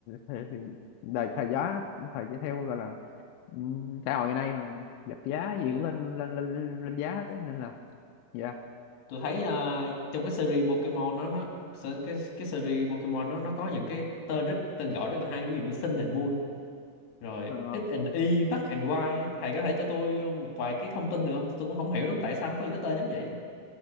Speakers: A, on the left; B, on the left.
A: thì, thì đời thời giá thời giá theo gọi là ừm, xã hội ngày nay mà vật giá
B: Ok.
A: gì cũng lên lên lên, lên giá hết á. nên là dạ
B: tôi thấy ờ, trong cái series Pokemon nó nó se- cái cái series Pokemon nó nó có những cái tên rất tên gọi rất là hay ví dụ như Sun and Moon rồi
A: Ờ,
B: X and Y Black and White á. thầy có thể cho tôi ờ, một vài cái thông tin được không tôi cũng không hiểu lắm tại sao nó có những cái tên giống vậy á.